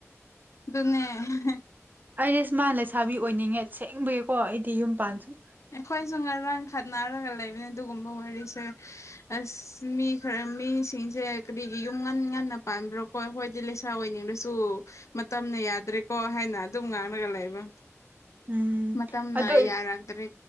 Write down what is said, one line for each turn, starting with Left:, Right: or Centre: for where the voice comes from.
Left: ꯑꯗꯨꯅꯦ ꯍꯦ ꯍꯦ
Right: ꯑꯩꯗꯤ ꯁꯨꯃꯥꯏꯅ ꯂꯩꯁꯥꯕꯤ ꯑꯣꯏꯅꯤꯡꯉꯦ ꯁꯦꯡꯕꯒꯤꯀꯣ ꯑꯩꯗꯤ ꯌꯨꯝ ꯄꯥꯟ ꯁꯨꯝ
Left: ꯑꯩꯈꯣꯏꯁꯨ ꯉꯥꯔꯥꯡ ꯈꯠꯅꯔꯒ ꯂꯩꯕꯅꯦ ꯑꯗꯨꯒꯨꯝꯕ ꯋꯥꯔꯤꯁꯦ ꯑꯁ ꯃꯤ ꯈꯔ ꯃꯤꯁꯤꯡꯁꯦ ꯀꯔꯤꯒꯤ ꯌꯨꯝ ꯉꯟ ꯉꯟꯅ ꯉꯟꯅ ꯄꯥꯟꯕ꯭ꯔꯣ ꯑꯩꯈꯣꯏ ꯍꯣꯏꯗꯤ ꯂꯩꯁꯥ ꯑꯣꯏꯅꯤꯡꯂꯁꯨ ꯃꯇꯝꯅ ꯌꯥꯗ꯭ꯔꯦꯀꯣ ꯍꯥꯏꯅ ꯑꯗꯨꯝ ꯉꯥꯡꯉꯒ ꯂꯩ ꯀꯩꯕ
Right: ꯎꯝ
Left: ꯃꯇꯝꯅ
Right: ꯑꯗꯣ
Left: ꯌꯥꯔꯛꯇ꯭ꯔꯦ